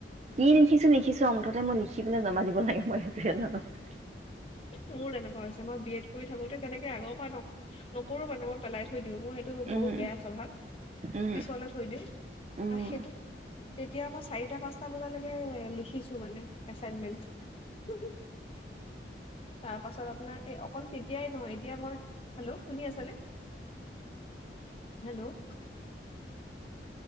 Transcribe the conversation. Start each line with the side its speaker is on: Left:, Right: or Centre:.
Right: কি লিখিছোঁ, লিখিছোঁ ছোঁ, আৰু মুঠতে মই লিখি পেলাই জমা দিম। বনাই <unintelligible>
Left: মোৰো তেনেকুৱা হৈছে। মই বিএড কৰি থাকোঁতে তেনেকে আগৰ পৰা নক, নক কৰোঁ মানে মই পেলাই থৈ দিওঁ। মোৰ সেইটো বহুত
Right: উম
Left: বেয়া স্বভাৱ।
Right: উম
Left: পিছলৈ থৈ দিওঁ। আ,
Right: উম
Left: সেইটো তেতিয়া মই চাৰিটা-পাঁচটা বজালৈকে লিখিছোঁ, মানে, এছাইনমেণ্ট তাৰ পাছত আপোনাৰ এই অকল তেতিয়াই নহয়। এতিয়া মই হেল্ল', শুনি আছানে? হেল্ল'।